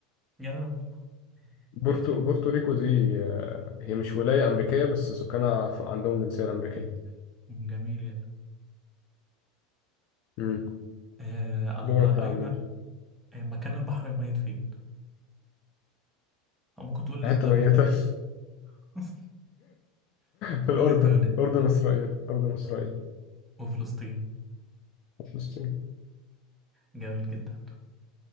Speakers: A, in the centre; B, on the left (about 40°).
A: يا رب
B: بورتو
A: بورتوريكو
B: بورتوريكو دي آه، هي مش ولاية أمريكية بس سكانها ف- عندهم جنسية أمريكية
A: جميل جدا
B: مم.
A: آه الله
B: دورك يا
A: اين
B: عم
A: آه،
B: نمرة.
A: مكان البحر الميت فين أو ممكن تقول لي
B: حتة
A: الدولتين
B: ميتة
A: ال...
B: <laughs>
A: <laughs>
B: في
A: قول
B: الأردن
A: لي الدولة
B: الأردن إسرائيل الأردن إسرائيل
A: وفلسطين
B: وفلسطين
A: جميل جدا